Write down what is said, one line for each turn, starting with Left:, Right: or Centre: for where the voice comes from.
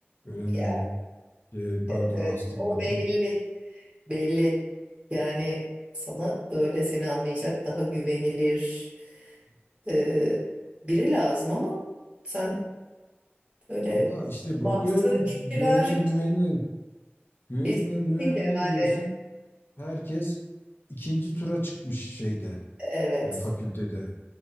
Left: göremiyorum.
Right: Ya
Left: E, pardon
Right: evet evet
Left: astigmatım.
Right: o belli. Belli. Yani sana böyle seni anlayacak daha güvenilir e, biri lazım ama sen böyle
Left: Allah işte
Right: baktığın
Left: bakıyorum
Right: kişiler
Left: güvenilir
Right: hiç,
Left: güvenilir güvenilir
Right: hiç
Left: güvenilir
Right: değil yani.
Left: diyorsun. Herkes ikinci tura çıkmış şeyde
Right: Evet.
Left: e, fakültede.